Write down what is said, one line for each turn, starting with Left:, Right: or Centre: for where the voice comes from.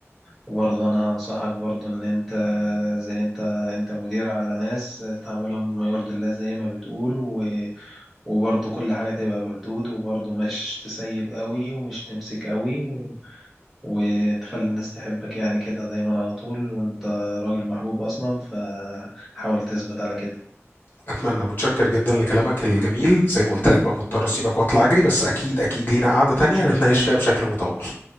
Centre: وبرضه أنا هنصحك برضه إن أنت زي أنت أنت مدير على ناس تعاملهم بما يرضي الله زي ما بتقول و... وبرضه كل حاجة تبقى بحدود وبرضه مش تسيب قوي ومش تمسك قوي و... وتخلي الناس تحبك يعني كده دايما على طول وأنت راجل محبوب أصلا فحاول تثبت على كده
Left: اتمنى متشكر جدا لكلامك الجميل زي ما قلت لك بقى مضطر اسيبك واطلع اجري بس اكيد اكيد لينا قعدة
Centre: <laughs>
Left: تانية هنتناقش فيها بشكل مطول